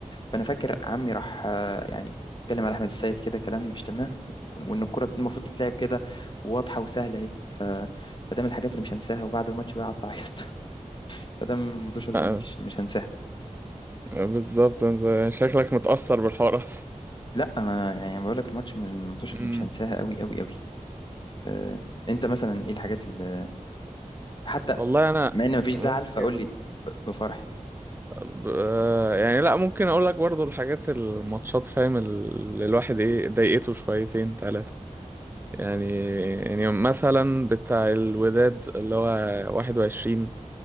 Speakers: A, on the left; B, on the right.
A: فانا فاكر عمي راح آه، يعني اتكلم على احمد السيد كده كلام مش تمام وان الكره المفروض تتلعب كده واضحه وسهله اهي ف- فده من الحاجات اللي مش هنساها وبعد الماتش بقى قعدت اعيط <laughs> فده من الماتش اللي
B: امم
A: مش مش هنساها
B: بالظبط انت شكلك متأثر بالحوار اصلا
A: لا ما انا يعني بقول لك الماتش من الماتش اللي
B: امم
A: مش هنساها قوي قوي قوي آه، انت مثلا ايه الحاجات اللي حتى
B: والله انا
A: مع ان مفيش
B: ممكن
A: زعل فقول لي بفرح
B: ب- آه، يعني لا ممكن اقول لك برضو الحاجات الماتشات فاهم اللي الواحد ايه ضايقته شويتين ثلاثة يعني يعني مثلا بتاع الوداد اللي هو 21